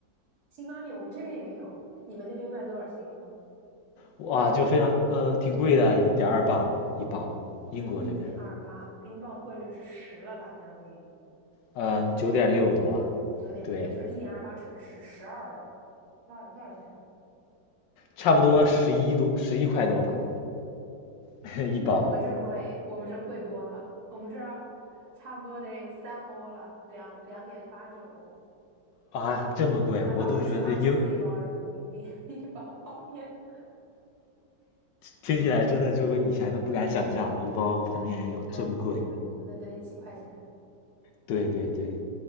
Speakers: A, on the right (about 55°); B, on the left (about 80°).
A: 辛拉面我们这边也有，你们那边卖多少钱一磅？
B: 哇，就非常呃挺贵的，一点二磅一包，英国这边，
A: 一点二八，英镑汇率是十了吧？将近
B: 呃九点六多，
A: 九点六，
B: 对，
A: 那就是一点二八乘十，十二，多少多少钱？
B: 差不多十一多，十一块多吧，<laughs> 一包
A: 那我们这儿贵，我们这儿贵多了，我们这儿差不多得三欧了，两两点八九欧。
B: 啊，这么贵，
A: 三百二十四，
B: 我都觉得因
A: 二十四一包人民币，<laughs> 一包泡面。
B: 听起来真的就是以前都不敢想象，一包泡面要这么贵。
A: 哎，一包泡面在国内都得几块钱。
B: 对对对，